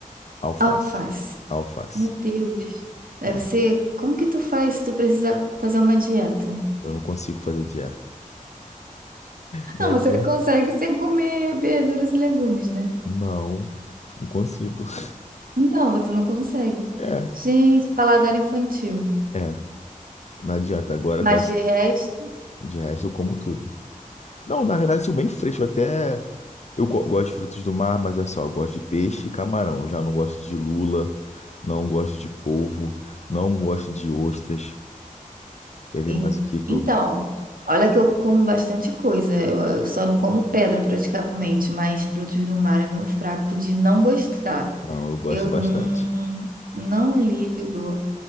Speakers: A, on the left (about 50°); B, on the right (about 85°).
A: alface.
B: Alface.
A: Alface.
B: Meu Deus. Deve
A: É,
B: ser. Como que tu faz se tu precisar fazer uma dieta?
A: eu não consigo fazer dieta. Minha
B: Não, você
A: dieta?
B: consegue sem comer verduras e legumes, né?
A: Não, não consigo. <laughs>
B: Então, você não consegue.
A: É,
B: Gente, paladar infantil.
A: é, não adianta. Agora
B: Mas
A: com essa,
B: de resto.
A: de resto eu como tudo. Não, na verdade eu sou bem fresco, até. Eu go- gosto de frutos do mar, mas é só, eu gosto de peixe e camarão. Eu já não gosto de lula, não gosto de polvo, não gosto de ostras. Quer ver
B: E-
A: mais o que que
B: Então,
A: eu...
B: olha que eu como bastante coisa. Eu, eu só não como pedra praticamente, mas frutos do mar é meu fraco de não gostar.
A: Não, eu gosto
B: Eu
A: bastante.
B: não, não ligo.